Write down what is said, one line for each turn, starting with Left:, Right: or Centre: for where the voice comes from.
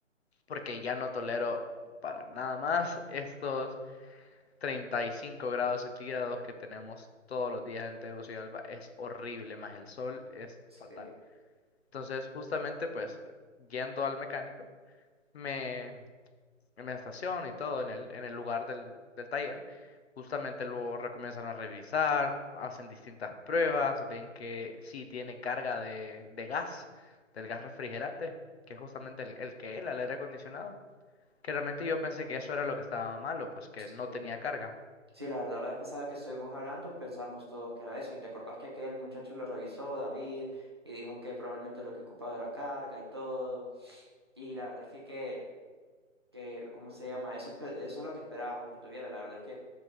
Left: porque ya no tolero para nada más estos 35 grados centígrados que tenemos todos los días en Tegucigalpa es horrible, más el sol es
Right: Sí,
Left: fatal. Entonces, justamente, pues, yendo al mecánico, me, me estaciono y todo en el, en el lugar del, del taller. Justamente luego comienzan a revisar, hacen distintas pruebas, ven que sí tiene carga de, de gas, del gas refrigerante, que es justamente el, el que él, el aire acondicionado. Que realmente yo pensé que eso era lo que estaba malo, pues que
Right: sí,
Left: no tenía carga.
Right: sí, la verdad, la vez pasada que estuvimos hablando pensamos todos que era eso, y te acordás que aquel muchacho lo revisó, David, y dijo que probablemente lo que ocupaba era carga y todo, y la verdad es que, que, que ¿cómo se llama? Eso, espe- eso es lo que esperábamos que tuviera, la verdad es que